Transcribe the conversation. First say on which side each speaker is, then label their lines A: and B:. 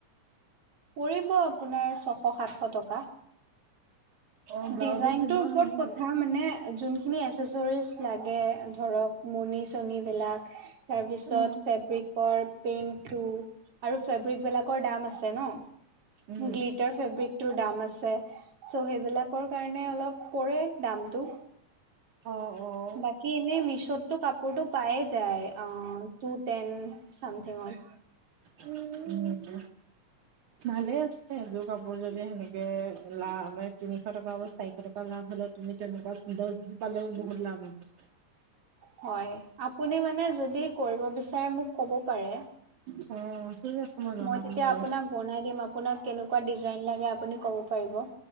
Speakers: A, on the right; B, on the right.
A: পৰিব আপোনাৰ ছশ সাতশ টকা।
B: অ', ব্লাউজো
A: ডিজাইনটোৰ
B: চিলোৱা
A: ওপৰত
B: হয় নেকি?
A: কথা মানে যোনখিনি এচেচৰিজ লাগে ধৰক ম'নি চনিবিলাক তাৰপিছত।
B: উম,
A: ফেব্ৰিকৰ পেইণ্টটো আৰু ফেব্ৰিক বিলাকৰ দাম আছে ন।
B: উম,
A: গ্লিটাৰ ফেব্ৰিকটোৰ দাম আছে, চ' সেইবিলাক লাকৰ কাৰণে অলপ পৰে দামটো।
B: অ', অ'।
A: বাকী এনেই মিছ'তটো কাপোৰতটো পায়ে যায় অ টু টেন চামথিঙত।
B: উম ভালে আছে এযোৰ কাপোৰ যদি সেনেকে লা মানে তিনিশ টকা বা চাৰিশ টকা লাভ হ'লে। তুমি তেনেকুৱা দছযোৰ পালেও বহুত লাভ হ'ব।
A: হয়, আপুনি মানে যদি কৰিব বিচাৰে মোক ক'ব পাৰে।
B: অ ঠিক আছে জনাম
A: মই তেতিয়া
B: বাৰু
A: আপোনাক বনাই দিম, আপুনাক কেনেকুৱা দিজাইন লাগে আপুনি ক'ব পাৰিব।